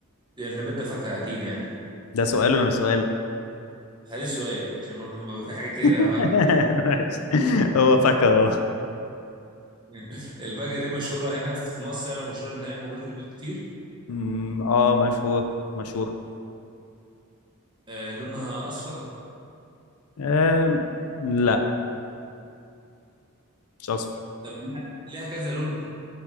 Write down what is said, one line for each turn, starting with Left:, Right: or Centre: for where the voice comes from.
Right: يعني النبات ده فاكهه اكيد يعني
Left: ده سؤال ولا مش سؤال
Right: عليه سؤال عشان برضه ما بقى في حاجة تاني
Left: <laughs>
Right: أنا عارف
Left: ماشي هو فاكهة
Right: <laughs> الباجة دي مشهورة هنا في مصر يعني مشهورة إن هي موجودة في البيوت كتير
Left: أمم، اه مشهور مشهور
Right: آه لونها أصفر
Left: آم، لا مش اصفر
Right: طب لا ليها كذا لون